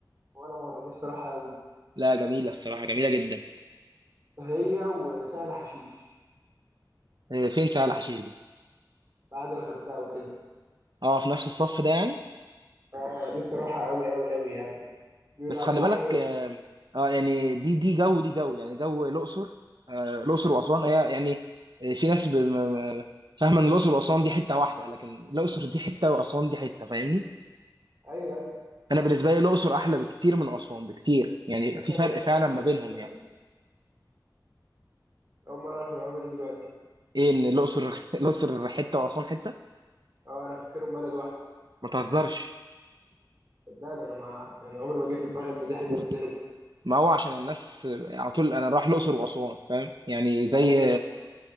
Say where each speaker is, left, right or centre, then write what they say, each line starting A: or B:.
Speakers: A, on the right; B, on the right.
A: ولا مره نفسي اروح قوي
B: لا جميله الصراحه جميله جدا
A: هي وسهل حشيش
B: إيه فين سهل حشيش دي
A: بعد الغردقه وكده
B: اه في نفس الصف ده يعني
A: اه نفسي اروحها قوي قوي قوي يعني بيقولوا
B: بس
A: عليها
B: خلي بالك
A: حلوه
B: اه آه، يعني دي دي جو دي جو يعني جو الاقصر آه، الاقصر واسوان هي يعني آه، في ناس ب- م- م- فاهمه ان الاقصر واسوان دي حته واحده لكن الاقصر دي حته واسوان دي حته فاهمني
A: ايوه ايوه
B: انا بالنسبه لي الاقصر احلى بكتير من اسوان بكتير يعني
A: تصدق
B: في فرق
A: انا لسه
B: فعلا
A: عارف المعلومه
B: ما بينهم
A: دي دلوقتي
B: يعني
A: اول مره اعرف المعلومه دي دلوقتي
B: ايه ان الاقصر <laughs> الاقصر حته واسوان حته
A: اه انا فاكرهم بلد واحده
B: ما تهزرش
A: صدقني انا ما يعني عمري ما جه في دماغي ان دي حته
B: <laughs>
A: ودي حته
B: ما هو عشان الناس على طول انا رايح الاقصر واسوان فاهم يعني زي
A: ايوه بالظبط